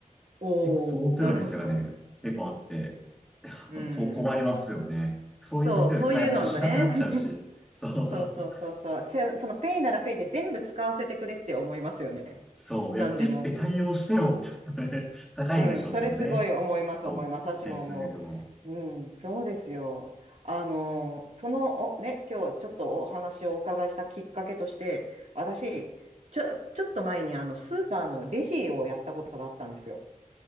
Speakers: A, on the right (about 55°); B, in the centre.
A: おー、
B: 結構その手の店がね、
A: なるほど。
B: 結構あって、<laughs>
A: うん。
B: こう困りますよね。そういう店で買い物しなくなっちゃうし、
A: そう、そういうのね。<laughs>
B: そう。
A: そうそうそうそう。せ、そのペイならペイで全部使わせてくれって思いますよね。
B: そう。
A: なんでも
B: いや、ペイペイ対応してよ。<laughs> 高いんでしょうけどね。
A: うん、それすごい思います、
B: そう。
A: 思います。私も思う。
B: 手数料は。
A: うん、そうですよ。あの、その、お、ね、今日ちょっとお話をお伺いしたきっかけとして、私、ちょ、ちょっと前にあの、スーパーのレジをやったことがあったんですよ。